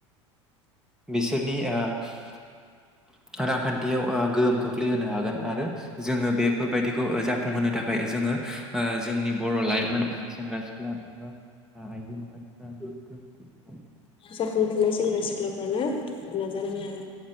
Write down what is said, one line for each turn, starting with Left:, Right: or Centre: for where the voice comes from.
Centre: बिसोरनि ओ रांखान्थियाव ओ गोहोम खोख्लैहोनो हागोन आरो जोङो बे फोरबायदिखौ ओ जाफुंहोनो थाखाय जोङो ओ जोंनि बर' लाइमोनफोर सेंग्रा सिख्ला एबा आइजो माहारिफ्रा <unintelligible>
Left: जाखांफुनाय सेंग्रा सिख्लाफ्रानो नाजानांगोन आरो